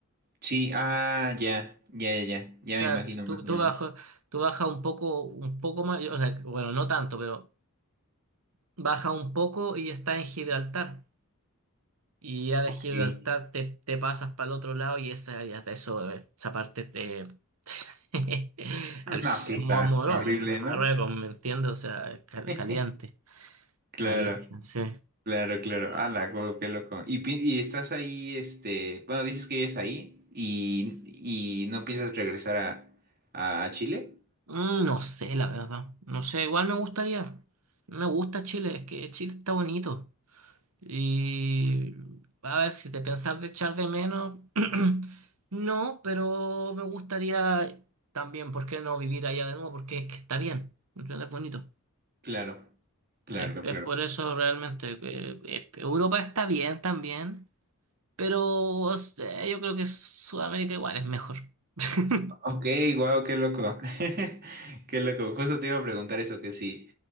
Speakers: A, on the right (about 45°); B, on the right (about 75°).
A: Sí, ah, ya, ya, ya, ya, ya
B: O
A: me
B: sea,
A: imagino
B: tú,
A: más
B: tú
A: o menos.
B: bajo, tú baja un poco, un poco más, o sea, bueno, no tanto, pero baja un poco y está en Gibraltar. Y ya de Gibraltar
A: Sí. <laughs>
B: te, te pasas para el otro lado y esa, ya te- eso, esa parte te... <laughs> al
A: No, sí,
B: Mo-
A: está,
B: Moro-
A: está horrible,
B: Marruecos,
A: ¿no?
B: ¿me entiendes? O sea, cal-
A: <laughs>
B: caliente,
A: Claro,
B: caliente, sí.
A: claro, claro. Ala, guau, qué loco. Y, pi- y estás ahí, este, bueno, dices que es ahí y, y no piensas regresar a, a Chile.
B: Mm, No sé, la verdad. No sé, igual me gustaría. Me gusta Chile, es que Chile está bonito. Y a ver, si te pensás de echar de menos, <clears throat> no, pero me gustaría también, ¿por qué no vivir allá de nuevo? Porque es que está bien, ¿me entiendes? Es bonito.
A: Claro, claro,
B: Es, es
A: claro.
B: por eso realmente que eh, Europa está bien también, pero o sea, yo creo que Sudamérica igual es mejor. <laughs>
A: Ok, wow, qué loco. <laughs> Qué loco. Justo te iba a preguntar eso, que si,